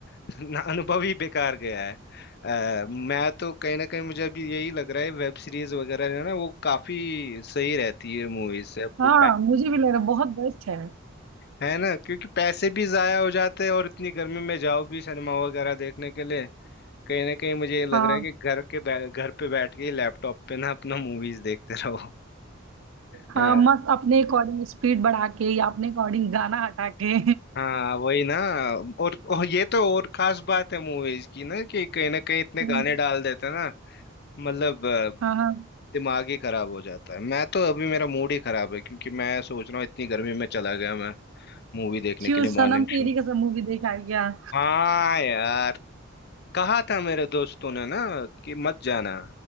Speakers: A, on the left (about 55°); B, on the right (about 75°).
A: <laughs> ना- अनुभव ही बेकार गया है अ, मैं तो कहीं ना कहीं मुझे अभी यही लग रहा है वेब सीरीज वगैरह है ना वो काफी सही रहती है मूवीज से अपनी
B: हाँ मुझे भी लग रहा है बहुत बेस्ट है
A: है ना क्योंकि पैसे भी जाया हो जाते हैं और इतनी गर्मी में जाओ भी सिनेमा वगैरह देखने के लिए कहीं ना कहीं मुझे ये लग
B: हाँ
A: रहा है कि घर के बै- घर पे बैठ के लैपटॉप पे ना अपना मूवीज देखते रहो
B: हाँ
A: अ,
B: मस्त अपने अकॉर्डिंग स्पीड बढ़ा के या अपने अकॉर्डिंग गाना हटा के
A: हाँ वही ना और, और ये तो और खास बात है मूवीज की ना कि कहीं ना कहीं इतने
B: हाँ
A: गाने डाल देते हैं ना मतलब अ,
B: हाँ हाँ।
A: दिमाग ही खराब हो जाता है मैं तो अभी मेरा मूड ही खराब है क्योंकि मैं सोच रहा हूँ इतनी गर्मी में चला गया मैं मूवी देखने
B: क्यों
A: के लिए
B: सनम
A: मॉर्निंग शो
B: तेरी कसम मूवी देख आ गया
A: हाँ यार कहा था मेरे दोस्तों ने ना कि मत जाना